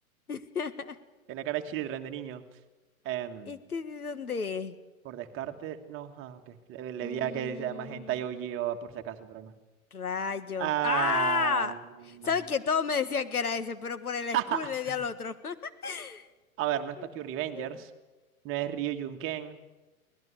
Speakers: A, on the left (about 80°); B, on the right (about 30°).
A: <laughs>
B: En la cara de Children, de niño. Em,
A: ¿Este de dónde es?
B: por descarte, no. Ah, ok. Le, le
A: Mm,
B: di a que sea más hentai OG o Gio por si acaso, pero no.
A: Rayos.
B: Ah.
A: ¡Ah! ¿Sabes que todos me decían que era ese, pero por el
B: <laughs>
A: school le di al otro? <laughs>
B: A ver, no es
A: No
B: Tokyo
A: puede
B: Revengers.
A: ser. <laughs>
B: No es Ryujin Ken.